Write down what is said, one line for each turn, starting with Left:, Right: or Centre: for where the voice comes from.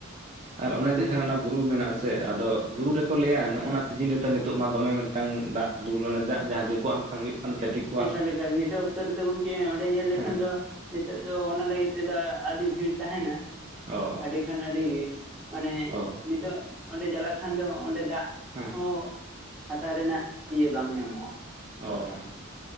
Right: ᱟᱨ ᱚᱱᱮ ᱡᱟᱦᱟᱸ
Centre: ᱩᱱ
Right: ᱵᱩᱨᱩ ᱢᱮᱱᱟᱜ ᱟᱥᱮ ᱟᱫᱚ ᱵᱩᱨᱩ ᱨᱮᱠᱚ ᱞᱟᱹᱭᱟ, ᱱᱚᱜᱼᱱᱟ ᱥᱤᱡᱤᱱ ᱨᱮᱫᱚ ᱱᱤᱛᱚᱜ ᱢᱟ ᱫᱚᱢᱮ ᱢᱤᱫᱴᱟᱝ ᱫᱟᱜ ᱫᱩᱞ ᱱᱮ ᱫ ᱡᱟᱦᱟᱸ ᱫᱮᱠᱚᱣᱟᱜ ᱢᱤᱫ ᱴᱟᱝ ᱦᱩᱭᱩᱜ ᱠᱟᱱᱟ, ᱪᱷᱟᱹᱛᱤᱠ ᱠᱚᱣᱟᱜ
Centre: ᱮᱠᱟᱞ ᱮᱠᱟᱞ ᱱᱤᱛᱚᱜ ᱚᱠᱛᱚ ᱨᱮᱫᱚ ᱜᱚᱝᱠᱮ ᱚᱸᱰᱮ ᱧᱮᱞ ᱞᱮᱠᱷᱟᱱ
Right: ᱦᱮᱸ
Centre: ᱫᱚ, ᱱᱤᱛᱚᱜ ᱫᱚ ᱚᱱᱟ ᱞᱟᱹᱜᱤᱫ ᱛᱮᱫᱚ ᱟᱹᱰᱤ ᱵᱷᱤᱲ ᱛᱟᱦᱮᱱᱟ ᱾
Right: ᱚ
Centre: ᱟᱹᱰᱤ ᱠᱷᱟᱱ ᱟᱹᱰᱤ ᱜᱮ, ᱢᱟᱱᱮ
Right: ᱚ
Centre: ᱱᱤᱛᱳᱜ ᱚᱸᱰᱮ ᱪᱟᱞᱟᱜ ᱠᱷᱟᱱ ᱫᱚ ᱚᱸᱰᱮ ᱫᱟᱜ,
Right: ᱦᱮᱸ
Centre: ᱦᱚᱸ ᱦᱟᱛᱟᱣ ᱨᱮᱱᱟᱜ ᱤᱭᱟᱹ ᱵᱟᱝ ᱧᱟᱢᱚᱜᱼᱟ ᱾
Right: ᱚᱸᱻ